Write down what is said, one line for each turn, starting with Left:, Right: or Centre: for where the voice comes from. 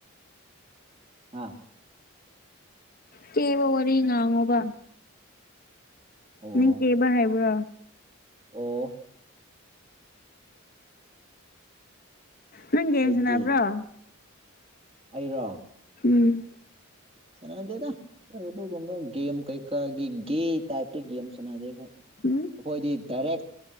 Right: ꯍꯥ
Left: ꯀꯦꯕ ꯋꯥꯔꯤ ꯉꯥꯡꯉꯣꯕ
Right: ꯑꯣ
Left: ꯅꯪ ꯀꯩꯕ ꯍꯩꯕ꯭ꯔꯣ
Right: ꯑꯣ
Left: ꯅꯪ ꯒꯦꯝ
Right: ꯍꯩꯇꯦ
Left: ꯁꯥꯟꯅꯕ꯭ꯔꯣ
Right: ꯑꯩꯔꯣ
Left: ꯎꯝ
Right: ꯁꯥꯟꯅꯗꯦꯗ ꯅꫭꯏ ꯑꯗꯨꯒꯨꯝꯕ ꯒꯦꯝ ꯀꯩꯀꯥꯒꯤ ꯒꯦ ꯇꯥꯏꯞꯇ ꯒꯦꯝ ꯁꯥꯟꯅꯗꯦꯕ
Left: ꯎꯝ
Right: ꯑꯈꯣꯏꯗꯤ ꯗꯥꯏꯔꯦꯛ